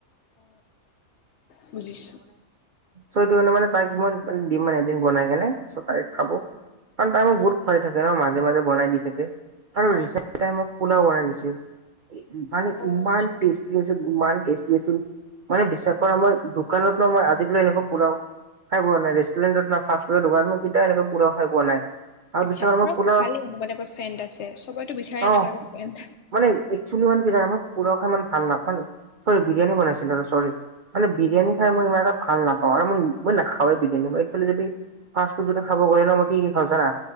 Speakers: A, on the left; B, on the right.
A: অ বুজিছো।
B: ত' সটো কাৰণে মানে তাইক মই দিম মানে এদিন বনাই কেনে চ' তাই খাব। কাৰণ তাই মোক
A: অ
B: বহুত খোৱাই থাকে ন মাজে মাজে বনাই দি থাকে আৰু
A: অ
B: ৰিচ তাই মোক পোলাও বনাই দিছিল। মানে
A: অ
B: ইমান
A: আচ্ছা
B: টেষ্টি আছিল ইমান টেষ্টি আছিল মানে বিশ্বাস কৰা মই দোকানৰ পৰা মই আজিকালি এনেকোৱা পুলাও খাই পোৱা নাই ৰেষ্টুৰেটত ন ফাষ্টফুডৰ দোকান মই কেতিয়াও এনেকা পুৰা খাই পুৱা নাই। আৰু
A: আচ্ছা
B: বিশ্বাস কৰা
A: পৰা
B: মই পোলাও
A: ভালে এনেকুৱা এপ ফ্ৰেণ্ড আছে চবতো বিচাৰে
B: অ
A: এনেকুৱা ফ্ৰেণ্ড।
B: মানে একচেলি মানে কি জানোই পুলাও খাই ইমান ভাল ন মানে চৰি বিৰিয়ানী বনাইছিলে আৰু চৰি। মানে বিৰিয়ানী খাই মই ইমান এটা ভাল নাপাওঁ আৰু নি মই নাখাওেই বি য ফা ফুড য খাব কৰি ন মই কি খও জানা